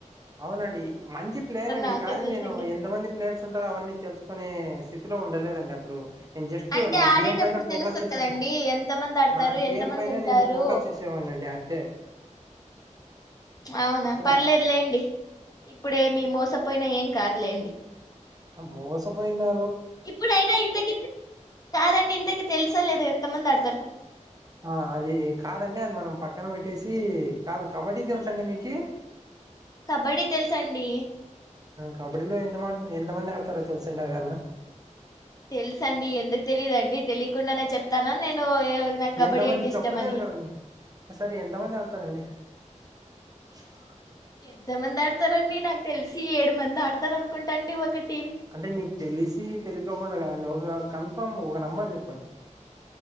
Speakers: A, on the right; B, on the left.
A: అవునండి మంచి ప్లేయర్ అండి
B: నాకేం
A: కానీ
B: తెలుసండి
A: నేను ఎంత మంది ప్లేయర్స్ ఉంటారో అవన్నీ తెలుసుకుని సిద్ లోలో ఉండలేదండి అప్పుడు నేను జస్ట్
B: అంటే
A: నా
B: ఆడేటప్పుడు
A: గేమ్ పైన ఫోకస్
B: తెలుస్తుంది
A: చేసాను
B: కదండి ఎంతమంది ఆడతారు
A: నా గేమ్
B: ఎంతమంది
A: పైన
B: ఉంటారు
A: నేను ఫోకస్ చేసేవాడినండి అంతే
B: అవునా
A: అట్లా
B: పర్లేదు లేండి ఇప్పుడేమి మోసపోయినా ఏం కాదులేండి
A: మోసపోయినా
B: ఇప్పుడైనా ఇంతకి కాదండి ఇంతకి తెలుసలేదు ఎంతమంది అడుతు
A: ఆ అది కాదండి అది మనం పక్కన పెట్టేసి కాదు కబడ్డీ తెలుస అండి మీకు
B: కబడ్డీ తెలుసండి
A: కబడ్డీలో ఎంత ఎంతమంది ఆడతార తెలిసం ఎదన్నా
B: తెలుస అండి ఎందుకు తెలియదుండి తెలియకుండానే చెప్తానా నేను నాకు కబడ్డీ
A: ఎంతమంది
B: అంటే
A: చెప్పలేదు
B: ఇష్టం అని
A: కదండీ సరే ఎంతమంది ఆడతారండి ఆ
B: ఎంత మంది ఆడతారండి నాకు తెలిసి ఏడు మంది ఆడతారు అనుకుంటాండి ఒకటి
A: అంటే నీకు తెలిసి తెలిక అవకుండా అం ఒక కన్ఫామ్ ఒక నెంబర్ చెప్పండి